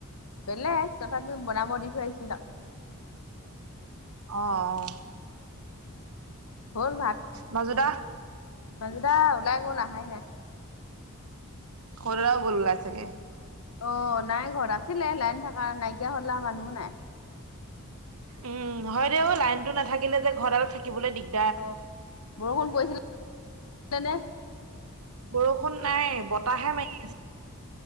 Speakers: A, on the left; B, on the right.
A: বেলেগ তথাপিও বনাব দি থৈ আহিছো তাক
B: অ অ
A: হল ভাত
B: মাজুদা
A: মাজদা ওলাই গল আহাই নাই
B: সৰুদাদাও গল ওলাই চাগে
A: অ নাই ঘৰত আছিলে লাইন থকা নাইকিয়া হল আ মানুহো নাই
B: উম হয় দে অ লাইনটো নাথাকিলে যে ঘৰডালত থাকিবলৈ দিগদা
A: অ বৰষুণ পৰিছিলে নে
B: বৰষুণ নাই বতাহে মাৰি আছে